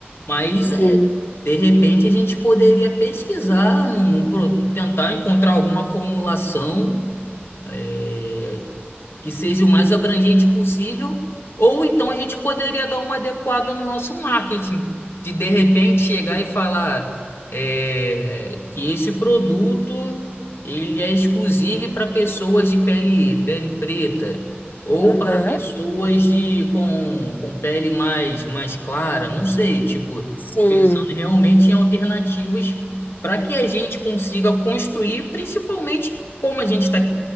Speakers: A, on the left; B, on the left.
A: mas
B: sim.
A: é, de repente a gente poderia pesquisar, num, num pro- tentar encontrar alguma formulação é, que seja o mais abrangente possível, ou então a gente poderia dar uma adequada no nosso marketing, de de repente chegar e falar é, que esse produto ele é exclusivo para pessoas de pele, pele preta ou
B: Aham.
A: para pessoas de com, com pele mais, mais clara, não sei, tipo,
B: Sim,
A: pensando realmente em alternativas para que a gente consiga construir, principalmente como a gente está